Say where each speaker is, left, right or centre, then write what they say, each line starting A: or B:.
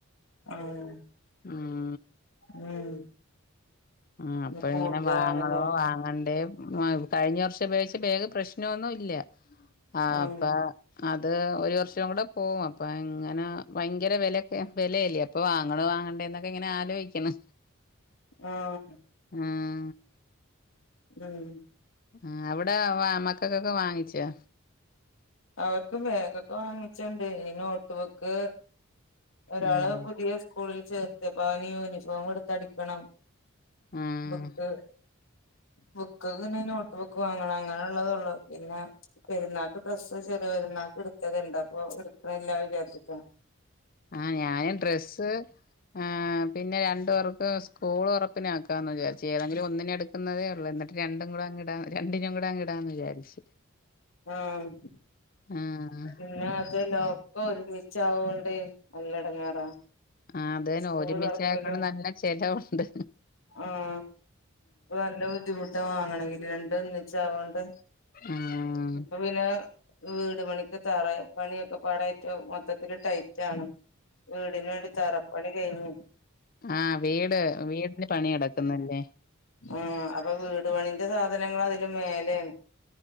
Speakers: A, on the left (about 65°); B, on the left (about 40°).
A: ആഹ്
B: ഉം
A: ഉം
B: ഉം അപ്പൊ
A: ഇന്ന് കൂടുതലാണല്ലേ
B: ഇങ്ങനെ വാങ്ങണോ വാ ങ്ങണ്ടേ കഴിഞ്ഞ വർഷം ഉപയോഗിച്ച ബാഗ് പ്രശ്നൊന്നും ഇല്ല ആ
A: ഉം
B: അപ്പ അത് ഒരു വർഷം കൂടെ പോവും അപ്പ ഇങ്ങനാ ഭയങ്കര വെലയൊക്കെ വെലയല്ലേ? അപ്പൊ വാങ്ങണോ വാങ്ങെണ്ടേന്നൊക്കെ ഇങ്ങനെ ആലോയിക്കുണ്
A: ആഹ്
B: ആഹ്
A: ഉം
B: ആഹ് അവിടെ വാ മക്കക്കൊക്കെ വാങ്ങിച്ചാ?
A: അവർക്കും ബാഗൊക്കെ വാങ്ങിച്ച്ണ്ട് ഇനി നോട്ട് ബുക്ക് ഒരാള്
B: ആഹ്
A: പുതിയ സ്കൂളിൽ ചേർത്ത് അപ്പ അവന് യൂണിഫോം എടുത്തടിക്കണം
B: ആഹ്
A: ബുക്ക് ബുക്കൊക്കെ ഇനി നോട്ട് ബുക്ക് വാങ്ങണം അങ്ങനൊള്ളതൊള്ളൂ പിന്നെ പെരുന്നാക്ക് ഡ്രസ്സ് ചെറിയ പെരുന്നാക്ക് എടുത്തത്ണ്ട് അപ്പൊ എടുക്കണില്ലാ വിചാരിച്ചിട്ടാ
B: ആഹ് ഞാനും ഡ്രസ്സ് ആഹ് പിന്നെ രണ്ടു പേർക്കും സ്കൂൾ തൊറപ്പിനാക്കാംന്ന് വിചാരിച്ചു ഏതെങ്കിലും ഒന്നിനെടുക്കുന്നതേ ഒള്ളേ എന്നി ട്ട് രണ്ടും കൂടങ്ങ്ടാ രണ്ടിനും കൂടങ്ങ് ഇടാന്ന് വിചാരിച്ച്
A: ആഹ്
B: ആഹ്
A: പിന്നെ അത് ലോ ക്കൊ ഒരുമിച്ചാവോണ്ട് നല്ല എടങ്ങേറാ
B: ആഹ് അതേനെ
A: സ്കൂള്
B: ഒരുമിച്ചായേക്കൊണ്ട്
A: തൊറക്കലും
B: നല്ല ചെലവൊണ്ട്
A: ആഹ് ഇപ്പൊ നല്ല ബുദ്ധിമുട്ടാ വാങ്ങണെങ്കില് രണ്ട് ഒന്നിച്ചാവോണ്ട്
B: ആഹ്
A: ഇപ്പൊ പിന്നെ വീട് പണിക്ക് തറ പണിയൊക്കെപ്പാടായിട്ട് മൊത്തത്തില് ടൈറ്റാണ് വീടിന് വേണ്ടി തറപ്പണി കഴിഞ്ഞ്
B: ആഹ വീട് വീട്ടിന് പണി നടക്കുന്നല്ലേ
A: ഉം അപ്പൊ വീട് പണീന്റെ സാധനങ്ങള് അതില് മേലെണ്